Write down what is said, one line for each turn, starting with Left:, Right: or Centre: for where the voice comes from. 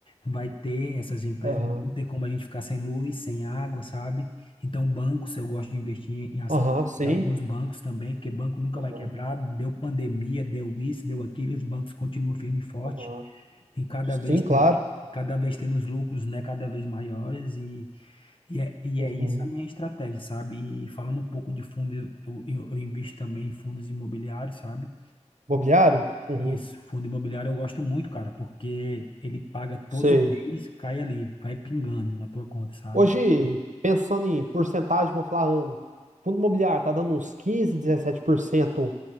Left: vai ter essas empresas,
Right: aham,
Left: não tem como a gente ficar sem luz, sem água, sabe? Então, bancos, eu gosto de investir em ações.
Right: aham, sim,
Left: E alguns bancos também, porque banco nunca vai
Right: aham,
Left: quebrar, deu pandemia, deu isso, deu aquilo, e os bancos continuam firme e forte.
Right: aham,
Left: E cada
Right: sim,
Left: vez,
Right: claro,
Left: ten- cada vez tendo os lucros, né, cada vez maiores, e, e, é, e
Right: uhum.
Left: é isso a minha estratégia, sabe? E falando um pouco de fundo, eu, eu, eu invisto também em fundos imobiliários, sabe?
Right: Mobiliário? Uhum.
Left: Isso, fundo imobiliário eu gosto muito, cara, porque ele paga todo
Right: Sei,
Left: mês, cai ali, vai pingando na tua conta, sabe?
Right: Hoje, pensando em porcentagem, vou falar ano. Fundo imobiliário está dando uns 15, 17%